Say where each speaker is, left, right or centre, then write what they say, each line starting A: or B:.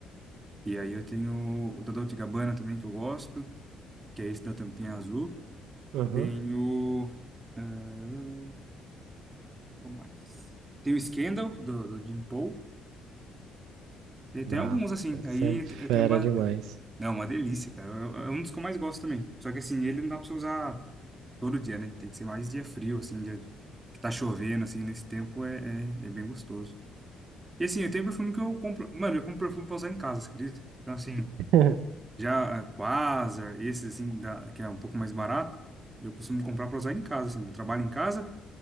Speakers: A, on the right (about 20°); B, on the right (about 80°).
A: E aí eu tenho o da Dolce e Gabbana também, que eu gosto. Que é esse da tampinha azul.
B: Aham,
A: Tenho. ah, Qual mais? Tem o Scandal, do, do Jim Paul, Tem tem
B: Brabo.
A: alguns, assim.
B: Esse
A: Aí
B: é fera
A: te- eu tenho. ba-
B: demais.
A: Não, é uma delícia, cara. É é é um dos que eu mais gosto também. Só que, assim, ele não dá pra você usar todo dia, né? Tem que ser mais dia frio, assim, dia que tá chovendo, assim, nesse tempo é, é, é bem gostoso. E, assim, eu tenho perfume que eu compro. Mano, eu compro perfume pra usar em casa, você acredita? Então, assim,
B: <laughs>
A: já ah, Quasar, esses, assim, da... que é um pouco mais barato, eu costumo comprar pra usar em casa, assim. Eu trabalho em casa.